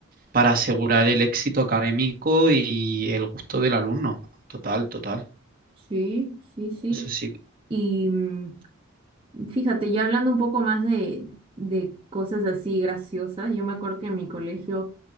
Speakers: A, on the right; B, on the right.
A: para asegurar el éxito académico y el gusto del alumno. Total, total.
B: Sí, sí, sí.
A: Eso sí.
B: Y mm, fíjate, ya hablando un poco más de, de cosas así graciosas, yo me acuerdo que en mi colegio